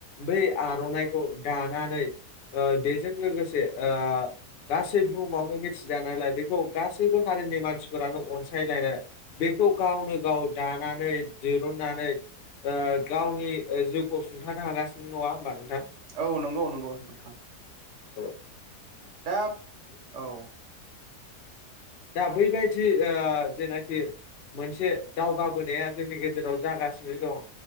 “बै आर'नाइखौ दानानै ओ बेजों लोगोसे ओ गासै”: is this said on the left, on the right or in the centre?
Left